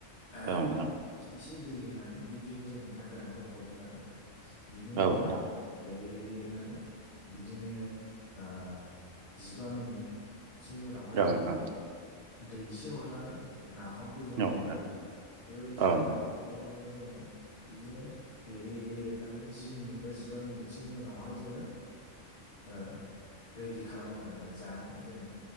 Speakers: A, on the left; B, on the right.
A: ओह
B: औ नोंथां
A: एसे दै होनानै बिब्दिनो जोङो ना गोरानखौ हरगोन आरोना बिनि उनावहाय
B: औ नोंथां
A: बे एर एरै एरै एरनानै बिदिनो ओ जिबा मिनिट सोनि उनावहाय
B: औ
A: जोङो
B: नोंथां
A: दै एसे हरनानै नाफामखौ जों हरो
B: औ नोंथां
A: आरो ना बेबायदिनो
B: अ
A: नाफामखौ हरनानै जो जोंओ बिदिनो एरै एरै एरनानै जि मिनिट बा जिबा मिनिटसोनि उनावहाय जोङो ओ रेडि खालामो आरोना जानो जोङो